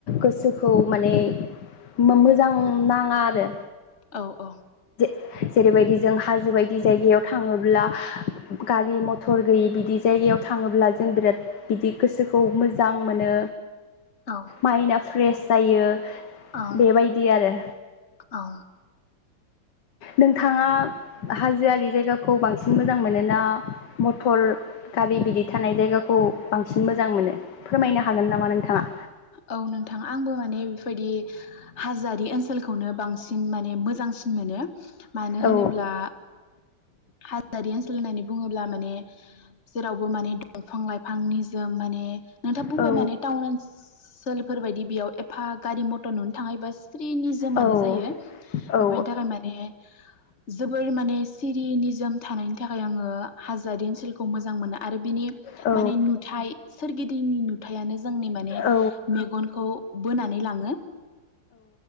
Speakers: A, on the left; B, on the left.
A: गोसोखौ माने मो-मोजां नाङा आरो।
B: औ औ।
A: जेरैबायदि जों हाजो बायदि जायगायाव थाङोब्ला गारि मथर गैयि बिदि जायगायाव थाङोब्ला जों बिराद बिदि गोसोखौ मोजां मोनो।
B: औ
A: माइन्दआ फ्रेस जायो
B: औ
A: बेबायदि आरो
B: औ
A: नोंथाङा हाजोआरि जायगाखौ बांसिन मोजां मोनोना मटर गारि बिदि थानाय जायगाखौ बांसिन मोजां मोनो फोरमायनो हागोन नामा नोंथाङा?
B: औ नोंथां आंबो माने बेफोरबायदि हाजोआरि ओनसोलखौनो बांसिन माने मोजांसिन मोनो। मानो
A: औ
B: होनोब्ला हाजोआरि ओनसोल होननानै बुङोब्ला माने जेरावबो माने दंफां-लाइफां एफां निजोम माने नोंथा बुंबाय
A: औ
B: माने टाउन ओनसोलफोर बायदि बेयाव एफा गारि मथर नुनो थाङै बास स्रि निजोमानो
A: औ
B: जायो बेफोरनि
A: औ
B: थाखाय माने जोबोर माने स्रि निजोम थानायनि थाखाय आङो हाजोारि ओनसोलखौ मोजां मोनो आरो बिनि
A: औ
B: माने नुथाय सोरगिदिंनि नुथायानो जोंनि माने
A: औ
B: मेगनखौ बोनानै लाङो।